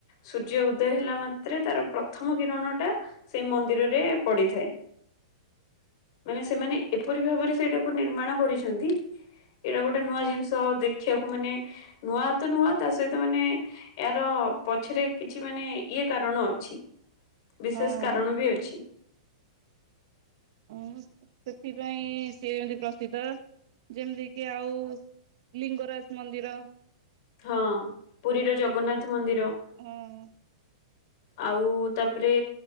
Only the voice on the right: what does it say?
ହଁ
ଉଁ ସେଥିପାଇଁ ସିଏ ଯେମତି ପ୍ରସିଦ୍ଧ। ଯେମିତି କି ଆଉ ଲିଙ୍ଗରାଜ ମନ୍ଦିର।
ହଁ <inaudible>